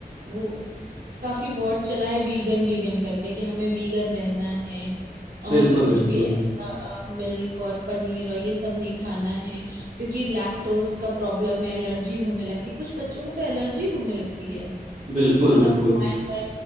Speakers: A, on the right (about 70°); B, on the right (about 40°).
A: वो काफी वर्ड चला है वीगन वीगन करके कि हमें वीगन रहना है और
B: बिल्कुल
A: हमें कुछ
B: बिल्कुल
A: भी ऐसा मिल्क और पनीर और ये सब नहीं खाना है क्योंकि लैक्टोज का प्रॉब्लम है एलर्जी होने लगती है। कुछ बच्चों को तो एलर्जी होने लगती है
B: बिल्कुल बिल्कुल
A: अगर वो गाय का